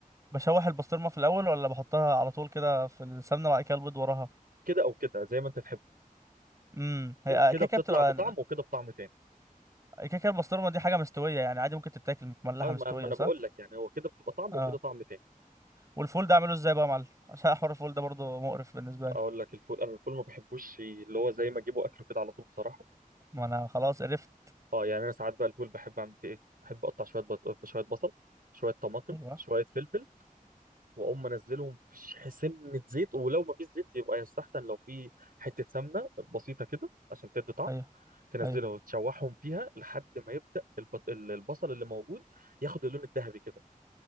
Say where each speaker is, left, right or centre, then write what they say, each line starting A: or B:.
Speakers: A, on the right; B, on the right.
A: بشوح البسطرمه في الاول ولا بحطها على طول كده في السمنه وبعد كده البيض وراها
B: كده او كده زي ما انت تحب
A: امم هي
B: كده
A: كيكه
B: بتطلع
A: بتبقى
B: بطعم وكده بطعم تاني
A: كيكه البسطرمه دي حاجه مستويه يعني عادي ممكن تتاكل متملحه
B: اه
A: مستويه
B: ما ما انا
A: صح
B: بقول لك يعني هو كده بتبقى طعم
A: اه
B: وكده طعم تاني
A: والفول ده اعمله ازاي بقى يا معلم عشان حوار الفول ده برضو مقرف بالنسبه
B: اقول
A: لي
B: لك الفول انا الفول ما بحبوش اللي هو زي ما اجيبه اكله كده على طول بصراحه
A: ما انا خلاص عرفت
B: اه يعني انا ساعات بقى الفول بحب اعمل فيه ايه بحب اقطع شويه بط... شويه بصل شويه طماطم
A: ايوه
B: شويه فلفل واقوم منزلهم في ش- سنه زيت ولو ما فيش زيت يبقى يستحسن لو في حته سمنه بسيطه كده عشان تدي طعم
A: ايوه
B: تنزلها
A: ايوه
B: وتشوحهم فيها لحد ما يبدا الب- ال- البصل اللي موجود ياخد اللون الذهبي كده